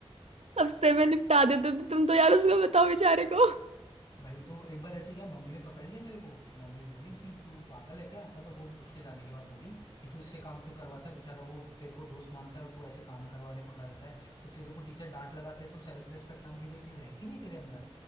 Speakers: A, on the right (about 75°); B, on the left (about 45°).
A: अब से मैं निपटा देते तो तुम तो यार उसको बताओ बेचारे को
B: भाई तो एक बार ऐसे क्या मम्मी ने पकड़ लिया मेरे को तो मम्मी बोली कि तू पागल है क्या मतलब वो उसके जाने के बाद बोली कि तू इससे काम क्यों करवाता है बेचारा वो तेरे को दोस्त मानता है और तू ऐसे काम करवाने पकड़ा देता है तो तेरे को टीचर डांट लगाते हैं, तो सेल्फ रिस्पेक्ट नाम की कोई चीज है कि नहीं तेरे अंदर